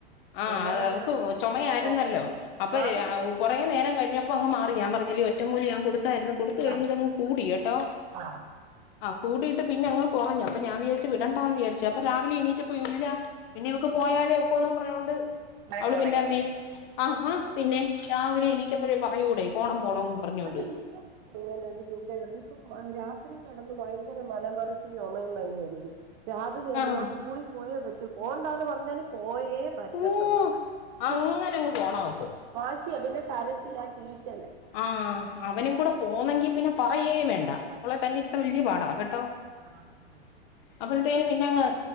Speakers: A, on the left; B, on the right.
A: ആഹ്.
B: എങ്ങനുണ്ട്
A: അതെ അവൾക്കു ചുമയായിരുന്നല്ലോ,
B: തോമസ്
A: അപ്പൊ
B: മാറിയോ
A: രാ കൊറേ നേരം കഴിഞ്ഞപ്പോ അങ്ങു മാറി. ഞാൻ പറഞ്ഞില്ലേ ഒറ്റമൂലിയങ്ങു കൊടുത്തായിരുന്നു, കൊടു ത്ത് കഴിഞ്ഞിട്ടങ്ങു
B: ആ
A: കൂടി കേട്ടോ,
B: ആ
A: ആഹ് കൂടിയിട്ട് പിന്നെങ്ങ്‌ കൊറഞ്ഞു അപ്പൊഞാൻ വിചാരിച്ചു വിടണ്ടാന്നു വിചാരിച്ചു അപ്പോ രാവി എണീറ്റപ്പോ എങ്ങനെയാ പിന്നെ ഇവക്കുപോയാലെ ഒക്കുന്നും പറഞ്ഞോണ്ട്
B: വഴക്ക്
A: അവളുപിന്നെ
B: തുടങ്ങിയായിരിക്കും
A: അമ്മേ വിളി ആഹ പിന്നെ രാവിലെ എണീറ്റപ്പഴെ പറയൂടെ പോണം പോണോന്ന് പറഞ്ഞോണ്ട്
B: പോലത്തെ ഈഗോ അങ്ങനൊരു സൂകേടുണ്ട് ഇപ്പം മ രാത്രികിടന്നു ഭയങ്കര മലമറിച്ചു ചുമയും പനിയാരിക്കും. രാവിലെയന്ന്
A: ആഹ്
B: ഞാൻ സ്കൂളിൽപോയേ പറ്റൂ പോകണ്ടാന്നു പറഞ്ഞാലും പോയേ പറ്റത്തുള്ളവിടെ
A: ഓ അങ്ങനെ
B: യ്യോ
A: അങ്ങ് പോണം അവക്ക്
B: വാശിയാ പിന്നെ കരച്ചിലാ കീറ്റല്
A: ആഹ് അവനുംകൂടെ പോന്നെങ്കി പിന്നെ പറയേം വേണ്ട
B: ആ
A: അവളെ തന്നെയിരുത്താൻ വല്ല്യ പാടാ കെട്ടോ.
B: <unintelligible>
A: അപ്പോളത്തേനു പിന്നെയങ്ങ്